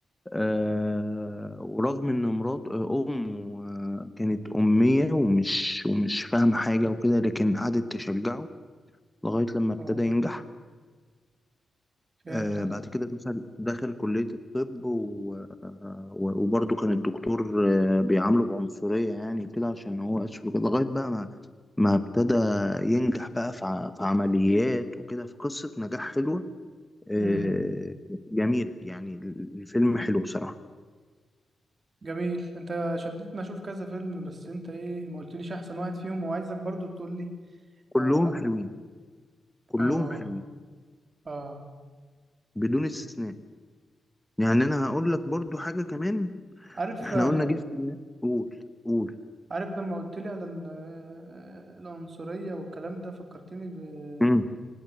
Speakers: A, in the centre; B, on the right.
A: آه، ورغم إن مرات آه، أمه آه، كانت أمية ومش ومش فاهمة حاجة وكده لكن قعدت تشجعه لغاية لما ابتدى
B: اه
A: ينجح
B: فهمتك
A: آه بعد كده دخل دخل كلية الطب و- آه، و- وبرضه كان الدكتور آه بيعامله بعنصرية يعني كده عشان هو أسود وكده لغاية بقى ما ما ابتدى ينجح بقى في ع- في عمليات وكده في قصة نجاح حلوة آه
B: اه
A: جميلة يعني ال- الفيلم حلو بصراحة
B: جميل انت شدتني اشوف كذا فيلم بس انت ايه ما قلتليش احسن واحد فيهم وعايزك برضو تقول لي
A: كلهم
B: اه
A: حلوين كلهم
B: اه,
A: حلوين
B: آه.
A: بدون استثناء يعني أنا هقول لك برضه حاجة كمان
B: عارف
A: احنا
B: آه،
A: قلنا جيش في- قول قول
B: عارف لما قلت لي على ال- آه، آه، العنصرية والكلام ده فكرتني ب-
A: امم